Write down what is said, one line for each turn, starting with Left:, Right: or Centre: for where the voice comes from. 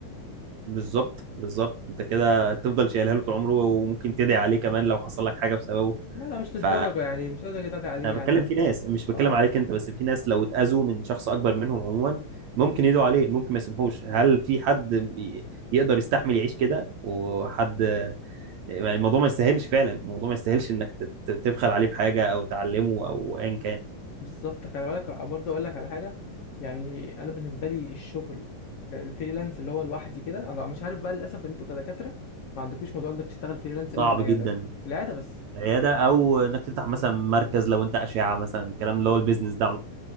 Right: بالظبط بالظبط انت كده تفضل شايلها له طول عمره وممكن تدعي عليه كمان لو حصل لك حاجه بسببه
Left: لا لا مش للدرجة
Right: ف
Left: يعني مش لدرجة تعدي عليه
Right: انا بتكلم
Left: يعني بس
Right: في ناس مش
Left: اه
Right: بتكلم عليك انت بس في ناس لو اتاذوا من شخص اكبر منهم عموما ممكن يدعوا عليه ممكن ما يسمحوش هل في حد ي- يقدر يستحمل يعيش كده وحد يعني الموضوع ما يستاهلش فعلا الموضوع ما يستاهلش انك تت- تبخل عليه بحاجه او تعلمه او ايا كان
Left: بالظبط خلي بالك برضه اقول لك على حاجه يعني انا بالنسبه لي الشغل الفريلانس اللي هو لوحدي كده انا مش عارف بقى للاسف انتوا كدكاتره ما عندكوش موضوع انك تشتغل فريلانس
Right: صعب
Left: الا في العياده
Right: جدا
Left: العياده بس
Right: عياده او انك تفتح مثلا مركز لو انت اشعه مثلا الكلام اللي هو البيزنس ده